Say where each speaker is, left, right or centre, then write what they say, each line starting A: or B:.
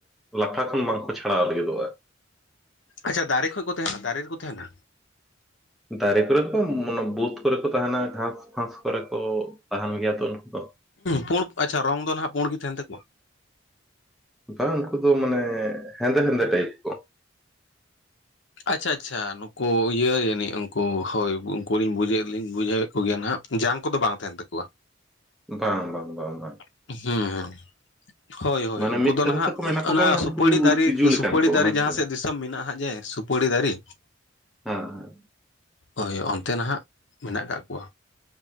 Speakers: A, in the centre; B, on the left.
A: ᱞᱟᱴᱷᱟ ᱠᱷᱚᱱ ᱵᱟᱝᱠᱚ ᱪᱷᱟᱲᱟᱣ ᱞᱟᱹᱜᱤᱫᱚᱜᱼᱟ,
B: ᱟᱪᱪᱷᱟ ᱫᱟᱨᱮ ᱠᱷᱚᱡ ᱠᱚ ᱛᱟᱦᱮᱱᱟ ᱫᱟᱨᱮ ᱨᱮᱠᱚ ᱛᱟᱦᱮᱱᱟ?
A: ᱫᱟᱨᱮ ᱠᱚᱨᱮ ᱫᱚ ᱢᱟᱱᱮ ᱵᱩᱫᱽ ᱠᱚᱨᱮ ᱠᱚ ᱛᱟᱦᱮᱸᱱᱟ ᱜᱷᱟᱥ ᱯᱷᱟᱥ ᱠᱚᱨᱮ ᱠᱚ ᱛᱟᱦᱮᱸᱱ ᱜᱮᱭᱟ ᱛᱚ ᱩᱱᱠᱩ ᱫᱚ᱾
B: ᱯᱩᱸᱲ ᱟᱪᱪᱷᱟ ᱨᱚᱝ ᱫᱚ ᱱᱟᱦᱟᱜ ᱯᱩᱲ ᱜᱮ ᱛᱟᱦᱮᱸᱱ ᱛᱟᱠᱚᱣᱟ?
A: ᱵᱟᱝ ᱩᱱᱠᱩ ᱫᱚ ᱢᱟᱱᱮ ᱦᱮᱸᱫᱮ ᱦᱮᱸᱫᱮ ᱴᱟᱭᱤᱯ ᱠᱚ᱾
B: ᱟᱪᱪᱷᱟ ᱟᱪᱪᱷᱟ ᱱᱩᱠᱩ ᱤᱭᱟᱹ ᱡᱟᱹᱱᱤᱡ ᱩᱱᱠᱩ ᱦᱳᱭ ᱩᱱᱠᱩᱜᱤᱧ ᱵᱩᱡᱮᱭᱮᱫ ᱵᱩᱡᱷᱟᱹᱣᱮᱫ ᱠᱚᱜᱮᱭᱟ ᱱᱟᱸᱜ᱾ ᱡᱟᱝ ᱠᱚᱫᱚ ᱵᱟᱝ ᱛᱟᱦᱮᱸᱱ ᱛᱟᱠᱚᱣᱟ?
A: ᱵᱟᱝ ᱵᱟᱝ ᱵᱟᱝ ᱵᱟᱝ᱾
B: <unintelligible> ᱦᱳᱭ ᱦᱳᱭ
A: ᱢᱟᱱᱮ
B: ᱩᱱᱠᱩ
A: ᱢᱤᱫ
B: ᱫᱚ
A: ᱠᱟᱛᱷᱟ
B: ᱱᱟᱦᱟᱜ
A: ᱛᱮᱠᱚ ᱢᱮᱱᱟ ᱠᱚ
B: ᱚᱱᱟ
A: ᱠᱟᱱ ᱩᱱᱠᱩ
B: ᱥᱩᱯᱟᱹᱨᱤ ᱫᱟᱨᱮ
A: ᱛᱤᱡᱩ ᱞᱮᱠᱟᱱ
B: ᱥᱩᱯᱟᱹᱨᱤ
A: ᱠᱚ
B: ᱫᱟᱨᱮ
A: ᱦᱮᱸ
B: ᱡᱟᱦᱟᱸ
A: ᱥᱮ?
B: ᱥᱮᱫ ᱫᱤ ᱢᱮᱱᱟᱜᱼᱟ ᱡᱮ ᱥᱩᱯᱟᱹᱲᱤ ᱫᱟᱨᱮ᱾
A: ᱦᱮᱸ ᱦᱮᱸ
B: ᱦᱳᱭ ᱚᱱᱛᱮ ᱱᱟᱦᱟᱸᱜ ᱢᱮᱱᱟᱜ ᱠᱟᱜ ᱠᱚᱣᱟ᱾